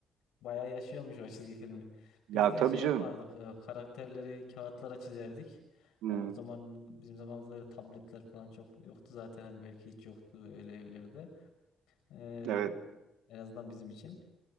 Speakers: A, on the left; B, on the right.
A: Bayağı yaşıyormuş o çizgi filmi.
B: Ya
A: Biz de
B: tabii
A: şey
B: canım.
A: yapardık. e, Karakterleri kağıtlara çizerdik.
B: Hmm,
A: Yani o zaman bizim zamanımızda öyle tabletler falan çok yoktu zaten. Hani belki hiç yoktu öyle evlerde. Ee,
B: evet.
A: en azından bizim için.